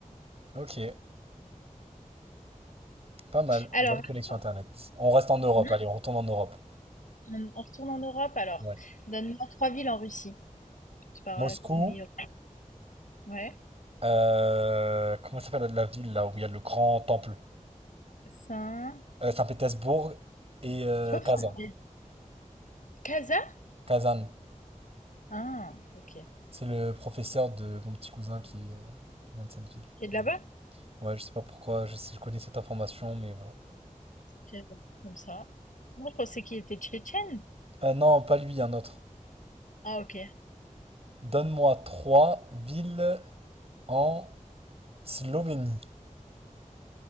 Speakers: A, on the right (about 45°); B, on the left (about 75°).
A: Ok. Pas mal,
B: Alors,
A: bonne connexion
B: attends.
A: Internet. On reste en Europe,
B: Non,
A: allez, on retourne en Europe.
B: on on retourne en Europe alors.
A: Ouais.
B: Donne-moi trois villes en Russie. Je parle
A: Moscou,
B: meilleur. Ouais.
A: euh, comment s'appelle la ville là où il y a le grand temple?
B: Saint.
A: Euh, Saint-Pétersbourg et euh,
B: Je peux
A: Kazan.
B: prendre Kaza?
A: Kazan,
B: Ah, ok.
A: c'est le professeur de mon petit cousin qui, euh, qui vient de cette ville.
B: Qui est de
A: Voilà.
B: là-bas?
A: Ouais, je sais pas pourquoi, je sais, je connais cette information, mais voilà.
B: Tchétchène, Comme ça. Moi, je pensais qu'il était tchétchène.
A: Euh, non, pas lui, un autre.
B: Ah, ok.
A: Donne-moi trois villes en Slovénie.